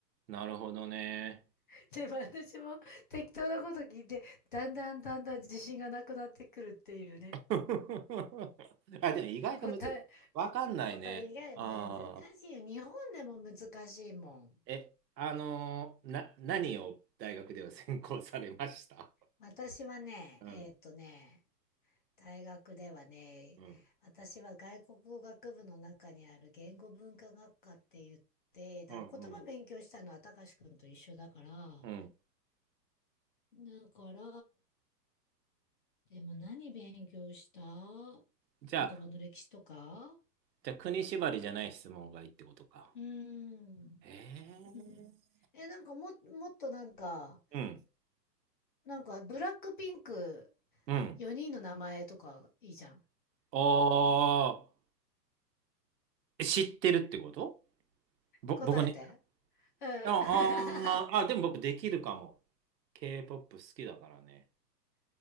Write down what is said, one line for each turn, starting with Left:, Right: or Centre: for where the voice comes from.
Right: なるほどね。
Left: <laughs> で、私も適当なこと聞いて、だんだんだんだん自信がなくなってくるっていうね。
Right: <laughs> あ、でも意外とむず、
Left: 答え、
Right: わかんないね。
Left: 答え以外難しいよ。
Right: あー。
Left: 日本でも難しいもん。
Right: え、あのーな、何を大学では専攻されました
Left: 私はね、
Right: うん、
Left: えーっとね、大学ではね、
Right: うん、
Left: 私は外国語学部の中にある言語文化学科って言って、だから言葉勉強したのは高志くんと一緒だから、
Right: うん、うん、うん。
Left: だから、でも何勉強した
Right: じゃあ、
Left: 言葉の歴史とか
Right: じゃあ、国縛りじゃない質問がいいってことか。
Left: うーん。
Right: えー、
Left: うんえ、なんかも、もっとなんか、
Right: うん、
Left: なんかブラックピンク
Right: うん。
Left: 4人の名前とかいいじゃん。
Right: ああ、え知ってるってことぼ、
Left: 答えて。
Right: 僕ね。
Left: うん。
Right: あ
Left: <laughs>
Right: あー、あ、でも僕できるかも。K-POP 好きだからね。